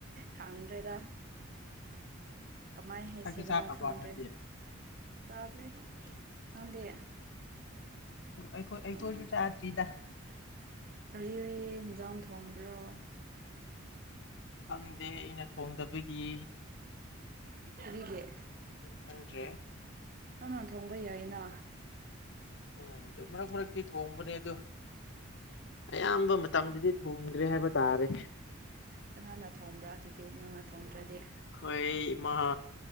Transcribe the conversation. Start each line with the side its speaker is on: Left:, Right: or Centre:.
Right: ꯈꯪꯗ꯭ꯔꯦꯗ ꯀꯃꯥꯏ ꯍꯩꯁꯤꯔ
Left: ꯆꯥꯛꯇꯤ ꯆꯥꯈ꯭ꯔꯕꯣ
Right: ꯈꯥꯟ꯭ꯔꯦ
Left: ꯅꯣꯏꯗꯤ
Right: ꯆ꯭ꯗꯔꯤ ꯅꯪꯗꯤ
Left: ꯑꯩꯈꯣꯏꯁꯨ
Right: ꯎꯝ
Left: ꯆꯥꯗ꯭ꯔꯤꯗ
Right: ꯀꯔꯤ ꯀꯔꯤ ꯊ‌ꯦꯟꯖꯥꯡ ꯊꯣꯡꯕ꯭ꯔꯣ
Left: ꯈꯪꯗꯦ ꯑꯩꯅ ꯊꯣꯡꯗꯕꯒꯤ
Right: <unintelligible>
Left: ꯈꯪꯗ꯭ꯔꯦ
Right: ꯅꯪ ꯅ ꯊꯣꯡꯕ ꯌꯥꯏꯅ
Left: ꯎꯝ ꯑꯗꯨ ꯃꯔꯛ ꯃꯔꯛꯇꯤ ꯊꯣꯡꯕꯅꯦ ꯑꯗꯨ ꯑꯌꯥꯝꯕ ꯃꯇꯝꯗꯗꯤ ꯊꯣꯡꯗ꯭ꯔꯦ ꯍꯥꯏꯕ ꯇꯥꯔꯦ
Right: ꯀꯅꯥꯅ ꯊꯣꯡꯕ꯭ꯔꯥ ꯑꯗꯨꯗꯤ ꯅꯪꯅ ꯊꯣꯡꯝꯗ꯭ꯔꯗꯤ
Left: ꯈꯣꯏ ꯢꯃꯥ